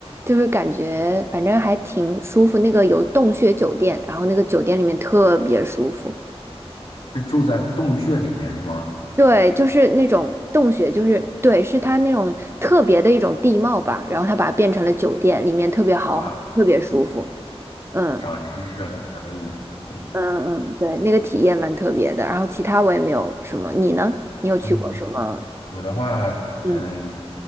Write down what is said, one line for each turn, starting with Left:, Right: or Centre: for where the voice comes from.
Right: 就是感觉反正还挺舒服。那个有洞穴酒店，然后那个酒店里面特别舒服，
Left: 是住在洞穴里面是吗？
Right: 对，就是那种洞穴，就是对，是它那种特别的一种地貌吧，然后它把它变成了酒店，里面特别好，
Left: 啊，
Right: 特别舒服。嗯
Left: 长知识了，可以可以，
Right: 嗯嗯，对，那个体验蛮特别的。然后其他我也没有什么，你呢？你有去过什么？
Left: 嗯嗯。我的话，
Right: 嗯
Left: 嗯，